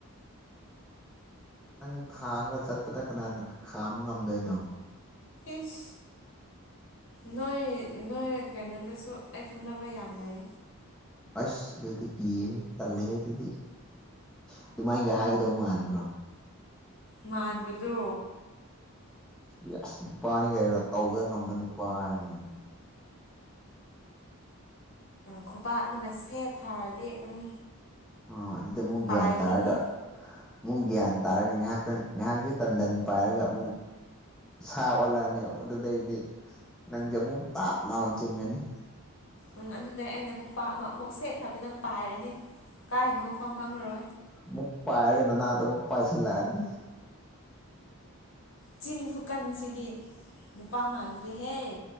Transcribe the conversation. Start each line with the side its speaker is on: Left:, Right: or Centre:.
Centre: ꯅꯪ ꯊꯥꯡꯉꯒ ꯆꯠꯄꯗ ꯀꯅꯥꯅ ꯈꯥꯝꯕ ꯉꯝꯗꯣꯏꯅꯣ
Left: ꯏꯁ ꯅꯣꯏ ꯅꯣꯏ ꯀꯩꯅꯣꯗꯁꯨ ꯑꯩ ꯈꯪꯅꯕ ꯌꯥꯝ ꯂꯩ
Centre: ꯑꯁ ꯑꯗꯨꯗꯤ ꯀꯤꯍꯦ ꯇꯝꯂꯦꯍꯦ ꯑꯗꯨꯗꯤ ꯑꯗꯨꯃꯥꯏꯅꯒ ꯍꯥꯏꯒꯗꯧꯕ ꯃꯥꯟꯕ꯭ꯔꯣ
Left: ꯃꯥꯟꯕꯗꯣ
Centre: ꯌꯥꯁ ꯅꯨꯄꯥꯅꯤ ꯀꯩꯅꯣ ꯇꯧꯕꯗ ꯉꯝꯕ ꯅꯨꯄꯥ ꯍꯥꯏꯕꯅꯤꯅꯦ꯫
Left: ꯈꯨꯕꯥꯛ ꯑꯃꯅ ꯁꯦꯠ ꯊꯥꯔꯗꯤ ꯎꯝ꯫
Centre: ꯑ ꯑꯗꯨꯗꯤ ꯑꯃꯨꯛ ꯒ꯭ꯌꯥꯟ
Left: ꯄꯥꯏꯈꯤꯅꯤ
Centre: ꯇꯥꯔꯒ ꯃꯨꯛ ꯒ꯭ꯌꯥꯟ ꯇꯥꯔꯒ ꯉꯥꯏꯍꯥꯛꯇꯪ ꯉꯥꯏꯍꯥꯛꯇꯤ ꯇꯟꯗꯟ ꯄꯥꯏꯔꯒ ꯑꯃꯨꯛ ꯁꯥ ꯑꯣꯜꯂꯛꯑꯅꯤ ꯑꯗꯨꯗꯩꯗꯤ ꯅꯪꯁꯦ ꯑꯃꯨꯛ ꯇꯥꯞ ꯂꯥꯎꯅ ꯆꯤꯡꯉꯅꯤ
Left: ꯎꯝ ꯑꯗꯨꯗꯩ ꯑꯩꯅ ꯈꯨꯄꯥꯛ ꯑꯃ ꯑꯃꯨꯛ ꯁꯦꯠ ꯊꯥꯕꯗ ꯅꯪ ꯄꯥꯏꯔꯅꯤ ꯀꯥꯏꯅꯣ ꯃꯐꯝ ꯈꯪꯉꯔꯣꯏ
Centre: ꯃꯨꯛ ꯄꯥꯏꫪꯒ ꯅꯅꯥꯛꯇ ꯃꯨꯛ ꯄꯥꯏꯁꯤꯜꯂꯛꯑꯅꯤ
Left: ꯆꯤꯟ ꯈꯨꯀꯟꯁꯤꯗꯤ ꯅꯨꯄꯥ ꯃꯥꯟꯗꯦ ꯍꯦ